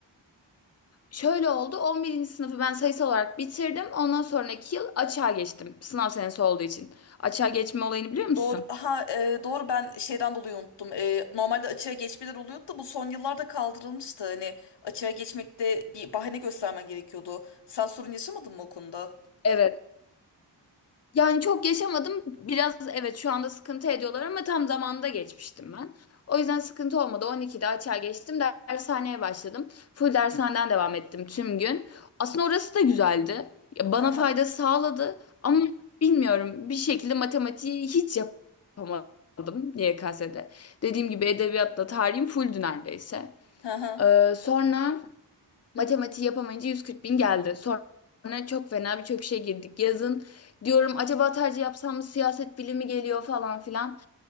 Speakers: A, on the left; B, on the left.
A: Şöyle oldu. On birinci sınıfı ben sayısal olarak bitirdim. Ondan sonraki yıl açığa geçtim. Sınav senesi olduğu için. Açığa geçme olayını biliyor musun?
B: Doğru, ha e, doğru ben şeyden dolayı unuttum. E, normalde açığa geçmeler oluyordu da bu son yıllarda kaldırılmıştı. Hani açığa geçmekte bir bahane göstermen gerekiyordu. Sen sorun yaşamadın mı o konuda?
A: Evet. Yani çok yaşamadım. Biraz evet şu anda sıkıntı ediyorlar ama tam zamanında geçmiştim ben. O yüzden sıkıntı olmadı. 12'de açığa geçtim. Dershaneye başladım. Full dershaneden devam ettim tüm gün. Aslında orası da güzeldi. Ya Bana
B: Hı hı.
A: fayda sağladı ama bilmiyorum bir şekilde matematiği hiç yapamadım YKS'de. Dediğim gibi edebiyatla tarihim fulldü neredeyse.
B: Hı hı.
A: Ee, sonra Matematiği yapamayınca 140 bin geldi. Sonra çok fena birçok şey girdik. Yazın diyorum acaba tercih yapsam mı siyaset bilimi geliyor falan filan.